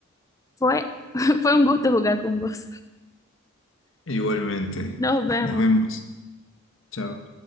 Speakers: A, on the left; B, on the left.
A: Fue, <laughs> fue un gusto jugar con vos.
B: Igualmente.
A: Nos vemos.
B: Nos vemos. Chao.